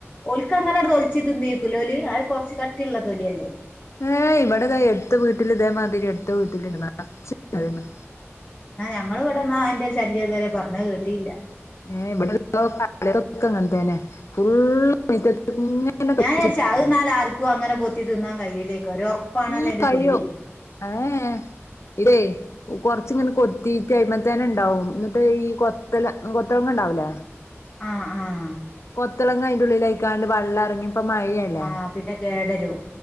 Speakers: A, on the left; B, on the left.
A: ഓൽക്ക് അങ്ങനെവിടെ തൊലിച്ച് തിന്നേക്കൂലോലി അത് കുറച്ച് കട്ടിയുള്ള തൊലിയല്ലേ
B: ഏ ഇവിടെതാ എടുത്ത വീട്ടിൽ ഇതേമാതിരി എടുത്ത വീട്ടിലിരുന്ന അന്ന്
A: എന്നാ ഞങ്ങള് ഇവിടെന്നാ അയിന്റെ ഒരു ശല്യം ഇതുവരെ പറഞ്ഞത് കേട്ടിയില്ല
B: <unintelligible> ഫു <unintelligible>
A: ഞാൻ വിചാരിച്ച് അത് ന്നാല് ആർക്കും അങ്ങനെ കൊത്തി തിന്നാൻ കഴിയൂലേക്കും ഒരു ഒറപ്പാണല്ലോ
B: ഉം
A: അതിന്റെ
B: കഴിയോ
A: തൊലി
B: അതേ ഇതേ കൊറച്ച് ഇങ്ങനെ കൊത്തികഴിയുത്തേനുണ്ടാവും എന്നിട്ട് ഈ കൊത്തല കൊത്തളങ്ങ ഉണ്ടാവൂലേ
A: ആഹ് ആഹ്
B: കൊത്തിളങ്ങ അതിന്റെ ഉള്ളിലായിക്കാണ്ട് വെള്ളം ഇറങ്ങി ഇപ്പംമഴയല്ലേ
A: ആഹ് പിന്നെ കേടരും